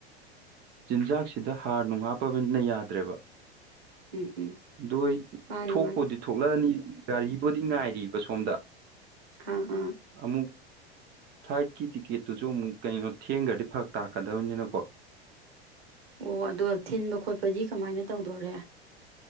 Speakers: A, on the right; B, on the right.
A: ꯆꯤꯟꯖꯥꯛꯁꯤꯗ ꯍꯥꯔ ꯅꯨꯡ ꯍꯥꯞꯄꯅ ꯌꯥꯗ꯭ꯔꯦꯕ
B: ꯎꯝ ꯎꯝ
A: ꯑꯗꯨꯣ ꯑꯩ
B: ꯃꯥꯅꯤ
A: ꯊꯣꯛꯄꯗꯤ
B: ꯃꯥꯅꯤ
A: ꯊꯣꯛꯂꯛꯑꯅꯤ ꯒꯥꯔꯤꯕꯨꯣꯗꯤ ꯉꯥꯏꯔꯤꯕ ꯁꯣꯝꯗ
B: ꯑꯥ ꯑꯥ
A: ꯑꯃꯨꯛ ꯐ꯭ꯂꯥꯏꯠꯀꯤ ꯇꯤꯛꯀꯦꯠꯇꯨꯁꯨ ꯑꯃꯨꯛ ꯀꯩꯅꯣ ꯊꯦꯡꯈ꯭ꯔꯗꯤ ꯐꯔꯛ ꯇꯥꯛꯀꯗꯕꯅꯤꯅꯀꯣ
B: ꯑꯣ ꯑꯗ ꯊꯤꯟꯕ ꯈꯣꯠꯄꯗꯤ ꯀꯃꯥꯏꯅ ꯇꯧꯗꯣꯔꯦ